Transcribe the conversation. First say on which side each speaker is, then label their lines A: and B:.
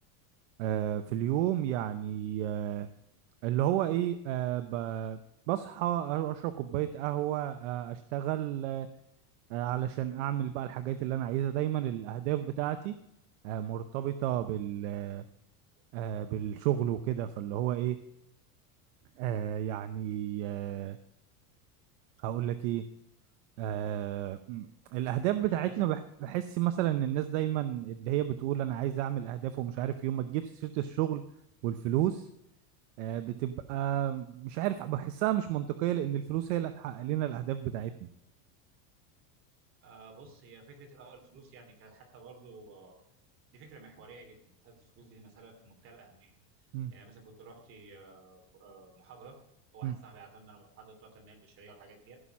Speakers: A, on the right (about 50°); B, on the right (about 25°).
A: آه في اليوم يعني آه اللي هو ايه آه ب- بصحى اشرب كوبايه قهوه آه اشتغل آه علشان اعمل بقى الحاجات اللي انا عايزها دايما الاهداف بتاعتي آه مرتبطه بال آه بالشغل وكده فاللي هو ايه آه يعني آه هقول لك ايه آه م- الاهداف بتاعتنا
B: يعني مثلا
A: بح-
B: ب...
A: بحس
B: مم.
A: مثلا ان
B: قول
A: الناس دايما اللي هي بتقول انا عايز اعمل اهداف ومش عارف يوم ما تجيب سيره الشغل والفلوس آه، بتبقى مش عارف بحسها مش منطقية لأن الفلوس هي اللي هتحقق لنا الأهداف بتاعتنا
B: آه بص هي فكره الأول الفلوس يعني كانت حتى برضو آه دي فكره محوريه جدا مساله الفلوس دي مساله في منتهى الاهميه
A: مم،
B: يعني مثلا كنت رحت آه ف- آه محاضره واحد
A: مم،
B: صاحبي عزمنا على محاضره بتوع التنميه البشريه والحاجات دي